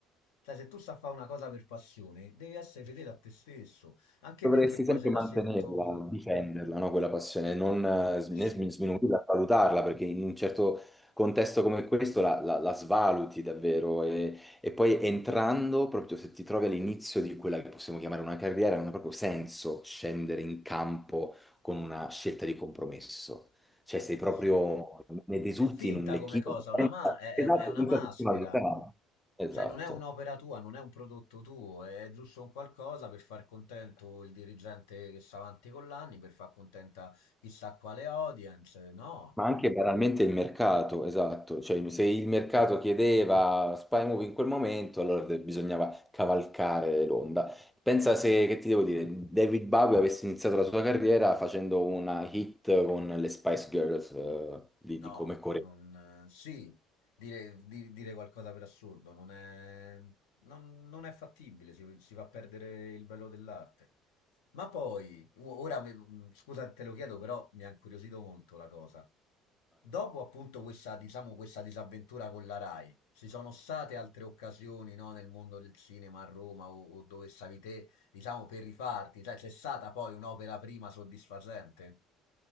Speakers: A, on the left; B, in the centre.
A: Cioè, se tu sai fare una cosa per passione, devi essere fedele a te stesso. Anche
B: Dovresti
A: perché poi
B: sempre
A: se lasci
B: mantenerla,
A: tutto...
B: difenderla, no? Quella passione, non eh, s- né
A: Eh sì,
B: smin- sminuirla, valutarla, perché in un certo contesto come questo la, la- la svaluti davvero. E, e poi entrando, proprio se ti trovi all'inizio di quella che possiamo chiamare una carriera, non ha proprio senso scendere in campo con una scelta di compromesso. Cioè, sei
A: eh
B: proprio,
A: sì.
B: ne risulti
A: È finta
B: in un lecchino.
A: come cosa, una
B: senza-
A: ma- è,
B: Esatto,
A: è- è una
B: senza
A: maschera.
B: personalità. Esatto.
A: Cioè, non è un'opera tua, non è un prodotto tuo, è giusto un qualcosa per far contento il dirigente che sta avanti con l'anni, per far contenta chissà quale audience. No,
B: Ma anche banalmente il mercato, esatto, cioè se il mercato chiedeva Spy Movie in quel momento, allora de- bisognava cavalcare l'onda. Pensa se, che ti devo dire, David Bowie avesse iniziato la sua carriera facendo una hit con le Spice Girls, eh, di,
A: No,
B: di come coreo.
A: non... eh, Sì, dire, di- dire qualcosa per assurdo non è, non, non è fattibile, si, si va a perdere il bello dell'arte. Ma poi, o- ora, mi- mm, scusa, te lo chiedo, però mi ha incuriosito molto la cosa. Dopo appunto questa, diciamo, questa disavventura con la Rai, ci sono state altre occasioni, no, nel mondo del cinema a Roma o, o dove stavi te, diciamo, per rifarti? Cioè, c'è stata poi un'opera prima soddisfacente?